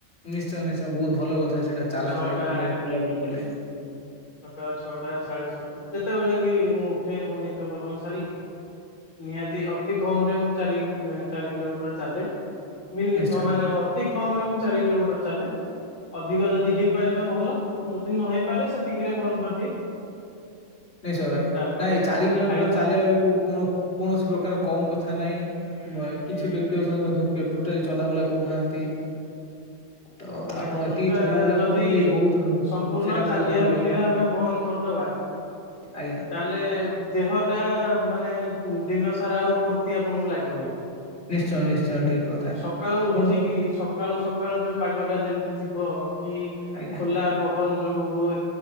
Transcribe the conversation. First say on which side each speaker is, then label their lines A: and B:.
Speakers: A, on the left; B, on the left.
A: ନିଶ୍ଚୟ ନିଶ୍ଚୟ ବୋହୁତ ଭଲ କଥା ସେଇଟା ଚାଲାଚଲି
B: ଛଅଟା
A: କଲେ ବୁଲାବୁଲି କଲେ।
B: ସକାଳ ଛଅଟା ସା ଯେତେବେଳେ ବି ମୁଁ ଉଠେ ମୁଁ ନିତ କର୍ମ ସାରି ନିହାତି ଅତି କମ ରେ ମୁଁ ଚାରି ଏଁ ଚାରି କିଲୋମିଟର ଚାଲେ। ମିନି
A: ନିଶ୍ଚୟ
B: ଅଁ ମାନେ
A: ନିଶ୍ଚୟ
B: ଅତି କମରେ ମୁଁ ଚାରି କିଲୋମିଟର ଚାଲେ। ଅଧିକ ଯଦି ହେଇପାରିବ ଭଲ। ଯଦି ନହେଇପାରେ ସେତିକିରେ ବନ୍ଦ କରିଦିଏ।
A: ନାଇଁ ସ ଭାଇ।
B: ତାପରେ
A: ନାଇଁ ଚାରି କିଲୋମିଟର
B: ଖାଇବା
A: ଚାଲିବା ବି କୋଉ କୋଣୋ କୌଣୋସି ପ୍ରକାର କମ କଥା ନାଇଁ। ମୟ କିଛି ବ୍ୟକ୍ତି <unintelligible> ମଧ୍ୟ କି ଟୋଟାଲି ଚଲାବୁଲା କରୁନାହାନ୍ତି।
B: <inaudible>
A: ତ ଆପଣ
B: ନାଇଁ ଟୋଟା
A: ଏତିକି ଚଲାବୁଲା
B: ଯଦି
A: କରୁଛନ୍ତି ବହୁତ
B: ସମ୍ପୂର୍ଣ
A: ସେଇଟା
B: ଚାଲିବା
A: ବହୁତ ଭଲ
B: ବୁଲିବା
A: କଥା
B: ଆମେ ବନ୍ଦ କରିଦବା। ବା।
A: ଆଜ୍ଞା।
B: ତାହେଲେ ଦେହଟା ମାନେ ଦିନ ସାରା ଆଉ ଫୁର୍ତ୍ତି ଆପଣଙ୍କୁ ଲାଗିବ ନାହିଁ।
A: ନିଶ୍ଚୟ ନିଶ୍ଚୟ ଠିକ କଥା
B: ସକାଳୁ ଉଠିକିରି
A: କଣ
B: ସକାଳୁ ସକାଳୁ ଯୋଉ ପାଗ ଟା ଯେମିତି ଥିବ କି
A: ଆଜ୍ଞା
B: ଖୋଲା ପବନ ଯୋଉ ହୋଏ